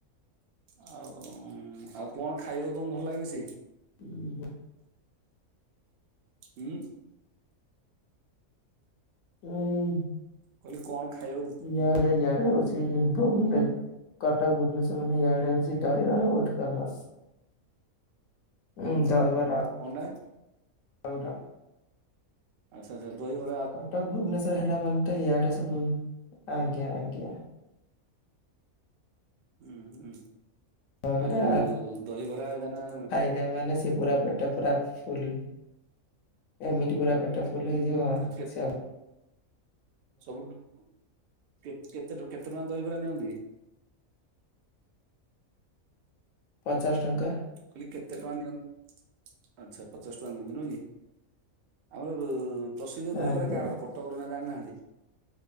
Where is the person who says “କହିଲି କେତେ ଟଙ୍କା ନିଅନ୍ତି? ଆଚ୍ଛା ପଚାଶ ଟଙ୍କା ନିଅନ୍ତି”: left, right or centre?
Right